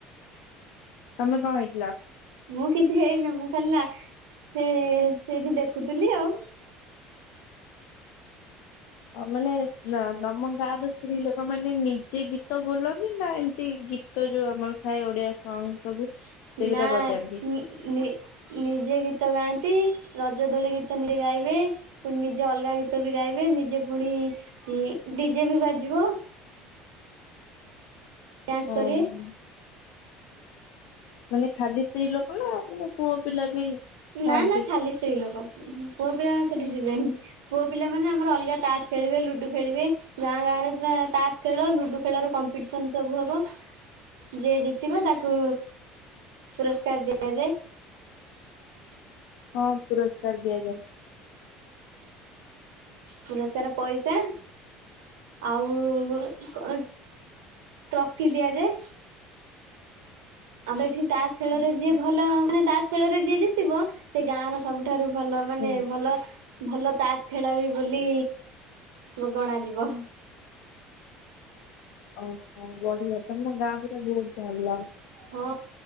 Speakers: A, on the left (about 60°); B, on the right (about 65°).
A: ତମେ କଣ ହେଇଥିଲ?
B: ମୁଁ କିଛି ହେଇନି ମୁଁ ଖା ନା ସେ ସେଇଠି ଦେଖୁଥିଲି ଆଉ।
A: ଆଉ ମାନେ ସ ନା ନାମ ଗାଁ ର ସ୍ତ୍ରୀ ଲୋକ ମାନେ ନିଜେ ଗୀତ ବୋଲନ୍ତି ନା ଏମତି ଗୀତ ଯୋଉ ଆମର ଥାଏ ଓଡିଆ ସଙ୍ଗ ସବୁ ସେଇଗୁଟା
B: ନା
A: ବଜାନ୍ତି।
B: ନି ନି ନିଜେ ଗୀତ ଗାଆନ୍ତି। ରଜ ଦୋଳି ଗୀତ ନିଜେ ଗାଇବେ ପୁଣି ନିଜେ ଅଲଗା ଗୀତ ବି ଗାଇବେ ନିଜେ ପୁଣି ଇ ଡିଜେ ବି ବାଜିବ। ଡାନ୍ସ କରିବେ।
A: ଓହୋ। ମାନେ ଖାଲି ସ୍ତ୍ରୀ ଲୋକ ନା ମାନେ ପୁଅ ପିଲା ବି? ଥାଆନ୍ତି
B: ନା ନା ଖାଲି ସ୍ତ୍ରୀ ଲୋକ ପୁଅ ପିଲା ସେଠି ଯିବେନି ପୁଅ ପିଲା ମାନେ ଆମର ଅଲଗା ତାସ ଖେଳିବେ ଲୁଡୁ ଖେଳିବେ ଗାଁ ଗାଁରେ ପୁରା ତାସ ଖେଳ ଲୁଡୁ ଖେଳର କମ୍ପିଟିସନ ସବୁ ହବ ଯିଏ ଜିତିବ ତାକୁ ପୁରସ୍କାର ଦିଆଯାଏ।
A: କଣ ପୁରସ୍କାର ଦିଆଯାଏ?
B: ପୁରସ୍କାର ପଇସା ଆଉ କ ଟ୍ରଫି ଦିଆଯାଏ। ଆମେ ଏଠି ତାସ୍ ଖେଳରେ
A: ଓହୋ।
B: ଯିଏ ଭଲ ମାନେ ତାସ୍ ଖେଳରେ ଯିଏ ଜିତିବ ସେ ଗାଁ ର ସବୁଠାରୁ ଭଲ ମାନେ
A: ହୁଁ
B: ଭଲ ଭଲ ତାସ ଖେଳାଳି ବୋଲି ଗ ଗଣା ଯିବ।
A: ଓ ହୋ ବଢିଆ ତ ତମ ଗାଁ ପୁରା ବହୁତ ଭଲ।
B: ହଁ